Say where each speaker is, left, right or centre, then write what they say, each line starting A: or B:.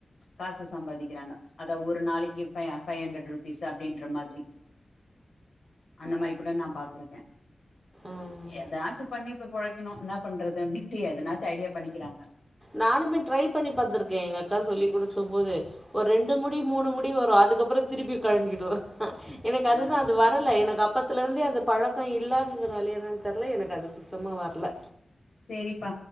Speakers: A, on the left; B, in the centre.
A: காசு சம்பாதிக்கிறாங்க அத ஒரு நாளைக்கு ஃபைவ் ஃபைவ் ஹண்ட்ரட் ருபீஸ் அப்டின்ற மாதிரி அந்த மாரி கூட நான் பாத்திருக்கேன்
B: ஆ
A: ஏதாச்சும் பண்ணி இப்ப புழைக்கணும் என்ன பண்றது அப்படின்ட்டு எதனாச்சும் ஐடியா பண்ணிக்கிறாங்க
B: நானுமே ட்ரை பண்ணி பார்த்திருக்கேன் எங்க அக்கா சொல்லி குடுத்த போது ஒரு ரெண்டு முடி மூணு முடி வரும் அதுக்கப்புறம் திருப்பி கழண்டிடுவ அ எனக்கு
A: ஆ
B: அதுதா அது வரல எனக்கு அப் அப்பத்துல இருந்தே அது பழக்கம் இல்லாததுனால என்னமோ தெரல எனக்கு அது சுத்தமா வரல
A: செரிப்பா